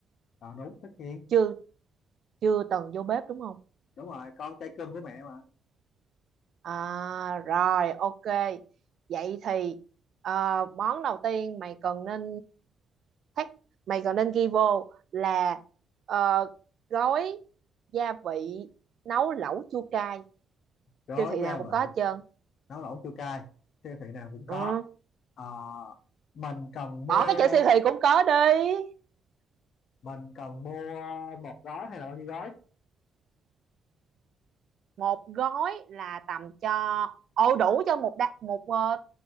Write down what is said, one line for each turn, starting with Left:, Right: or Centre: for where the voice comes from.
Left: À, đúng tất nhiên.
Right: Chưa chưa từng vô bếp đúng không
Left: Đúng rồi, con trai cưng của mẹ mà.
Right: À rồi ok Vậy thì ờ, món đầu tiên mày cần nên thách mày cần nên ghi vô là ờ, gói gia vị nấu lẩu chua cay
Left: Có
Right: siêu thị nào
Left: gia
Right: cũng
Left: vị
Right: có hết trơn
Left: nấu lẩu chua cay siêu thị nào cũng có
Right: ừ.
Left: Ờ, mình cần
Right: bỏ
Left: mua
Right: cái chữ siêu thị cũng có đi
Left: mình cần mua một gói hay là bao nhiêu gói
Right: một gói là tầm cho ồ đủ cho một đá, một ờ,